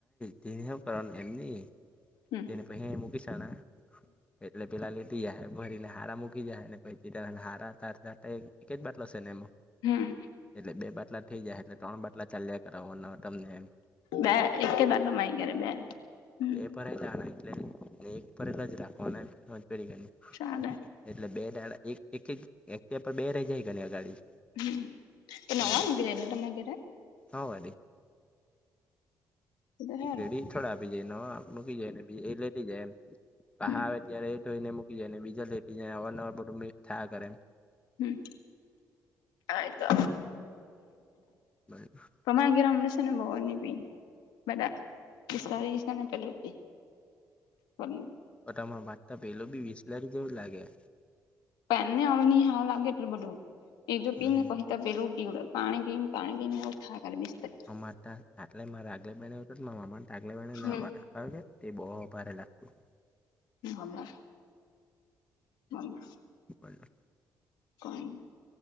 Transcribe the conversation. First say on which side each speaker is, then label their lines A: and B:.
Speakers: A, on the left; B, on the left.
A: તેને હું કરવા એમ ની
B: હમ્મ
A: તેને પહી મૂકી શના એટલે પેલા લેટી જાયહે ભરીને હારા મૂકી જાય ને પ હારા એક જ બાટલોશે ને એમાં.
B: હમ.
A: એટલે બે બાટલા થઈ જાય એટલે ત્રણ બાટલા ચાલ્યા કરાવવાના તમનેમ.
B: બે એક જ બાટલો માય ગેરે બેન હમ.
A: પર એ લ જાણા એટલે નને એક પર લ જ દખવાના પેડગની.
B: ચાલે.
A: એટલે બે દાડા એક એક એક બે રહી જાય ગ અગાડી.
B: હ તો નવા
A: એમ
B: મગી જલ તો માગરે.
A: હ વાડી
B: એ તો સારું
A: રેડી થોડ આપી જાય નવા મૂકી જાય ને બી એ લેટી જાય એમ. પહા
B: હમ
A: આવે ત્યારે એ તોઈને મૂકી જાય ને બીજા લેટી જાય અવારનવાર બધું મી થયા કરે એમ.
B: હમ. આયતો
A: <unintelligible>
B: પમાંગેરે હમને છે ને મોહર ને પી બધા વિસ્તારી છે ને પેલું જી પન્ન
A: બધામાં વાતતા પેલો બી વિસલેરી જેવું લાગે.
B: પેનને આવે નહી હા લાગે એટલું બધું એ જો
A: હમ
B: પી ને પહી તો પેલું પીવડ પાણી પીન પાણી પીન એવું થાય કરે બિસ્તરી
A: મા આટલે મારે આગલે બેહેનેત મામા તો આગલે બહેને ના
B: હમ
A: ભરા પાવલે તે બહુ ભારે લાગતું.
B: ની ખબર. બહુ.
A: <unintelligible>
B: કોઈન